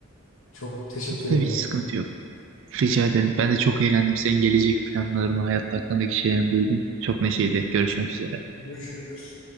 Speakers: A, on the left (about 65°); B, on the right (about 60°).
A: Çok teşekkür
B: Tabii tabii
A: ederim.
B: hiç sıkıntı yok. Rica ederim. Ben de çok eğlendim. Senin gelecek planlarını, hayat hakkındaki şeylerini duydum. Çok neşeydi. Görüşmek üzere.
A: Görüşürüz.